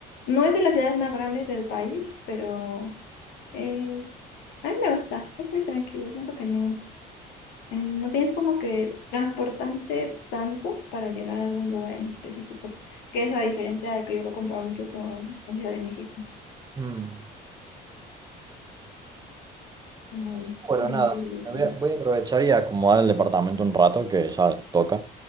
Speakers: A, on the left (about 80°); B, on the right (about 25°).
A: no es de las ciudades más grandes del país, pero es, a mí me gusta, es muy tranquilo, siento que no, eh, no tienes como que transportarte tanto para llegar a algún lugar en específico, que es la diferencia de que yo lo comparo mucho con, con Ciudad de México.
B: Mm.
A: como
B: Así
A: ves,
B: que bueno,
A: bien
B: nada,
A: curioso.
B: me voy a, voy a aprovechar y acomodar el departamento un rato que ya toca.